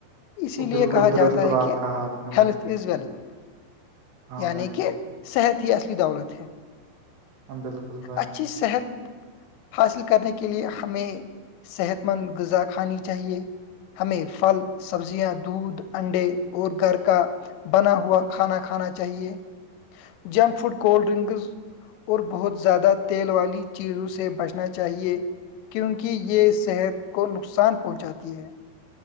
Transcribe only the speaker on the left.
اسی لیے
کہا
جاتا ہے
کہ
ہیلھ از ویلتھ
یعنی
کہ صحت ہی اصلی دولت ہے
اچھی صحت حاصل کرنے کے لیے ہمیں صحت مند غذا کھانی چاہیے ہمیں پھل سبزیاں دودھ انڈے اور گھر کا بنا ہوا کھانا کھانا چاہ چاہیے جنک فوڈ کولڈ ڈرنکز اور بہت زیادہ تیل والی چیزوں سے بچنا چاہیے کیونکہ یہ صحت کو نقصان پہنچاتی ہے